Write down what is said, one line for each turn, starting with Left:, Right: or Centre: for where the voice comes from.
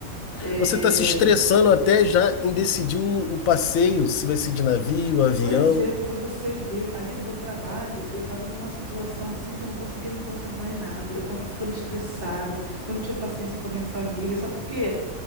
Right: É,
Left: Você está se estressando até já em decidir o, o passeio, se vai ser de navio, avião.
Right: Pois é, pra você ver, amigo, meu trabalho, eu tava numa situação assim que eu não conseguia me concentrar em nada. Eu tava ficando estressada, eu não tinha paciência com a minha família, sabe por quê?